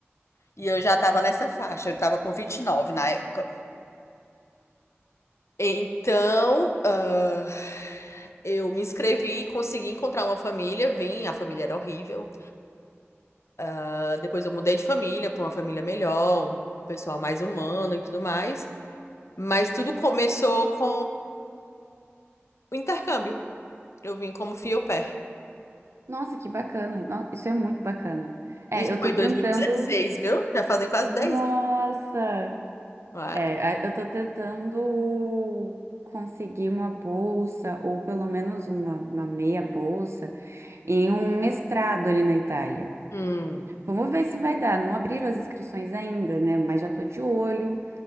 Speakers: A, on the left; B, on the right.
A: E eu já estava nessa faixa, eu estava com 29 na época. Então, ah, eu me inscrevi, consegui encontrar uma família, vim, a família era horrível. Ah, depois eu mudei de família para uma família melhor, um pessoal mais humano e tudo mais. Mas tudo começou com o intercâmbio. Eu vim como fio-pé.
B: Nossa, que bacana. No- Isso é muito bacana. É,
A: Isso
B: eu
A: foi
B: tô
A: em
B: tentando.
A: 2016, viu? Já fazem quase 10
B: Nossa!
A: anos. Ué,
B: É, a- eu tô tentando conseguir uma bolsa, ou pelo menos uma uma meia bolsa, em um mestrado ali na Itália.
A: hum,
B: Vamos ver se vai dar. Não abriram as inscrições ainda, né? Mas já tô de olho,